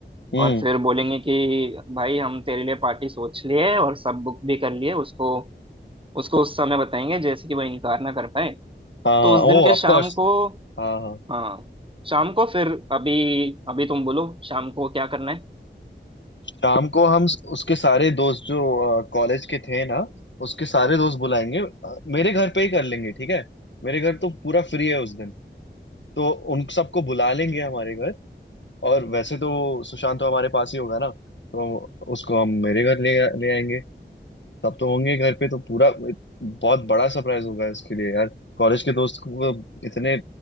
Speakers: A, on the left; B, on the right.
A: हम्म
B: और फिर बोलेंगे कि भाई हम तेरे लिए पार्टी सोच लिए और सब बुक भी कर लिए उसको उसको उस समय बताएंगे जैसे कि वो इनकार ना कर पाए
A: हाँ हाँ
B: तो उस
A: ओ
B: दिन के
A: ऑफ
B: शाम
A: कोर्स
B: को
A: हाँ हाँ
B: हाँ शाम को फिर अभी अभी तुम बोलो शाम को क्या करना है
A: शाम को हम स- उसके सारे दोस्त जो कॉलेज के थे ना उसके सारे दोस्त बुलाएंगे अ, मेरे घर पे ही कर लेंगे ठीक है मेरे घर तो पूरा फ्री है उस दिन तो उन सबको बुला लेंगे हमारे घर और वैसे तो सुशांत तो हमारे पास ही होगा ना तो उसको हम मेरे घर ले ले आएंगे सब तो होंगे घर पे तो पूरा बहुत बड़ा सरप्राइज होगा उसके लिए यार कॉलेज के दोस्त को वो इतने